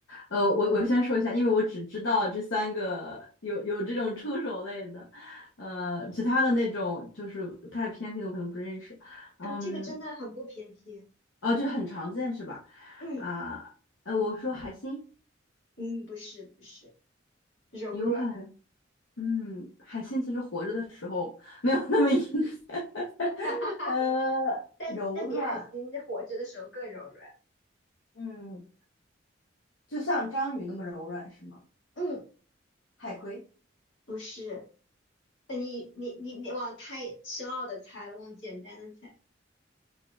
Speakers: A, on the left (about 85°); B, on the left (about 65°).
A: 呃，我我先说一下，因为我只知道这三个有有这种触手类的，呃，其他的那种就是太偏僻的我可能不认识。嗯，
B: 啊，这个真的很不偏僻。
A: 啊，就是很常见是吧？
B: 嗯
A: 啊，呃，我说海星
B: 嗯，不是，不是，柔软，
A: 有很嗯，海星其实活着的。<laughs> 没有那么硬，<laughs>
B: <laughs> 哈哈哈。
A: 呃，
B: 但但比海星活着的时候更柔软。
A: 柔软，嗯，就像章鱼那么柔软是吗？
B: 嗯。
A: 海葵，
B: 不是，呃你你你你往太深奥的猜了，往简单的猜。